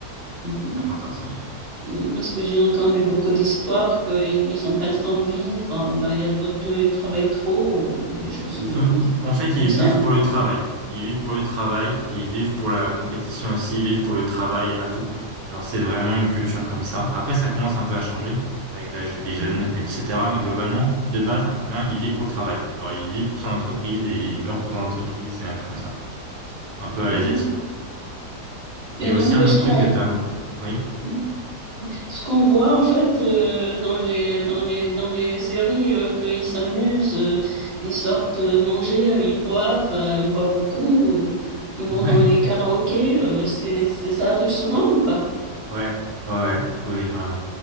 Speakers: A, on the right; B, on the right.
A: mhm,
B: cinquante heures semaine.
A: mhm, parce que j'ai entendu beaucoup d'histoires qu'ils n'ont pas le temps de vivre, hein, ben, il y a trop, ils travaillent trop, ou des choses
B: Ils
A: que-
B: sont- ils- en fait,
A: comme
B: ils vivent
A: ça,
B: pour
A: quoi.
B: le travail. Ils vivent pour le travail et ils vivent pour la compétition aussi. Ils vivent pour le travail à tout prix. Genre, c'est vraiment une culture comme ça. Après, ça commence un peu à changer avec la- les jeunes,
A: Mhm,
B: etc. Mais globalement, de base, un Coréen, il vit pour le travail. Genre, il vit pour son entreprise et il meurt pour son entreprise. C'est un peu comme ça. Un peu
A: mhm.
B: à l'asiatique, quoi.
A: Et
B: Et aussi,
A: donc,
B: un
A: euh,
B: autre
A: ce qu'on...
B: truc que t'as... Oui?
A: mhm. Ce qu'on voit en fait euh, dans les dans les dans les séries euh, qu'ils s'amusent, euh, ils sortent euh, manger, euh, ils boivent, euh, ils boivent beaucoup, ou ils vont
B: Ouais.
A: dans les karaokés, euh, c'est, c'est- ça arrive souvent ou pas?
B: Ouais. Ouais, ouais. Oui, vraiment.